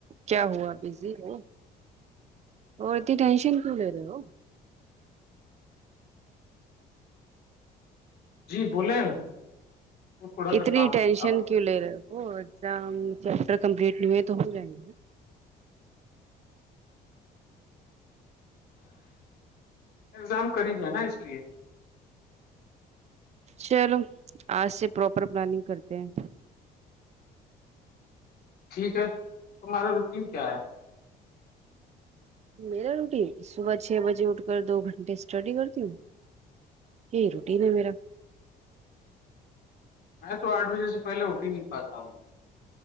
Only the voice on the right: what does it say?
کیا ہوا بزی ہے اور ت ٹینشن کیوں لے رہے ہو
اتنی
ٹینشن
کیوں لے رہے ہو وہ ایگزام چیپٹر کمپلیٹ نہیں ہے تو ہو جائیں گے نا
چلو آج سے پراپر پلاننگ کرتے ہیں
میرا روٹین صبح چھ بجے اٹھ کر دو گھنٹے اسٹڈی کرتی ہوں یہی روٹیین ہے میرا